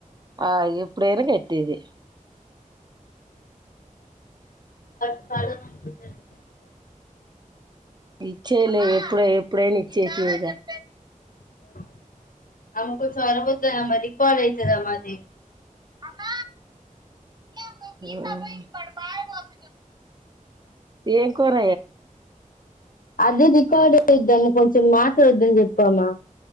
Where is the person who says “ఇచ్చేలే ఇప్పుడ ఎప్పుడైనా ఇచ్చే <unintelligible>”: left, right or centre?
Right